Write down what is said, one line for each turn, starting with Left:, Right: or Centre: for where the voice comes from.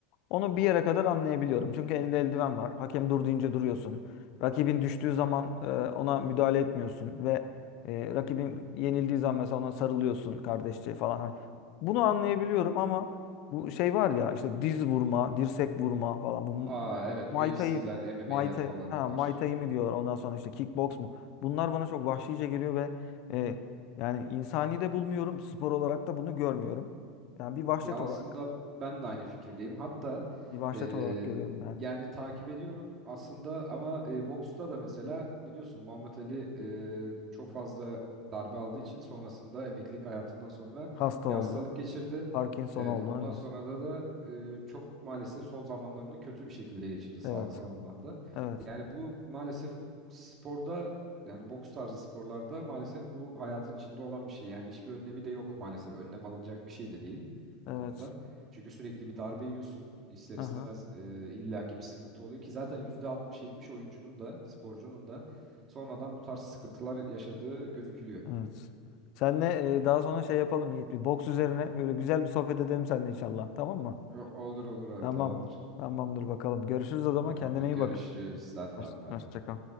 Left: Onu bir yere kadar anlayabiliyorum. Çünkü elinde eldiven var. Hakem dur deyince duruyorsun. Rakibin düştüğü zaman e, ona müdahale etmiyorsun ve e, rakibin yenildiği zaman mesela ona sarılıyorsun kardeşçe falan. Hani bunu anlayabiliyorum ama bu şey var ya işte diz vurma, dirsek vurma falan bu mu-
Right: Aa evet
Left: Muay
Right: UFC'ler,
Left: Thai,
Right: MMA'ler
Left: Muay Thai,
Right: falan
Left: ha,
Right: onlar.
Left: Muay Thai mi diyorlar ondan sonra işte kickbox mu? Bunlar bana çok vahşice geliyor ve e, yani insani de bulmuyorum. Spor olarak da bunu görmüyorum. Yani bir vahşet
Right: Ya aslında
Left: olarak,
Right: ben de aynı fikirdeyim. Hatta
Left: bir vahşet
Right: eee,
Left: olarak görüyorum yani.
Right: yani takip ediyorum aslında ama e, boksta da mesela biliyorsun Muhammed Ali eee, çok fazla darbe aldığı için sonrasında emeklilik hayatından sonra
Left: Hasta
Right: bir
Left: oldu.
Right: hastalık geçirdi.
Left: Parkinson
Right: Evet
Left: oldu.
Right: ondan
Left: Evet.
Right: sonra da da eee, çok maalesef son zamanlarını kötü bir şekilde geçirdi sağlıksal
Left: Evet.
Right: anlamda.
Left: Evet.
Right: Yani bu maalesef sporda yani boks tarzı sporlarda maalesef bu hayatın içinde olan bir şey. Yani hiçbir önlemi de yok maalesef. Önlem alınacak bir şey de değil bu
Left: Evet.
Right: konuda. Çünkü sürekli bir darbe yiyorsun. İster
Left: Aha.
Right: istemez e, illaki bir sıkıntı oluyor ki zaten %60-70 oyuncunun da sporcunun da sonradan bu tarz sıkıntılar yaşadığı gözükülüyor.
Left: Evet. Seninle e, daha sonra şey yapalım Yiğit. Bir boks üzerine böyle güzel bir sohbet edelim seninle inşallah. Tamam mı?
Right: O- Olur olur abi
Left: Tamam.
Right: tamamdır.
Left: Tamamdır bakalım. Görüşürüz o zaman.
Right: Tamamdır.
Left: Kendine
Right: Görüşürüz.
Left: iyi bak.
Right: Sen
Left: Hoşça
Right: de abi bay
Left: hoşça
Right: bay.
Left: kal.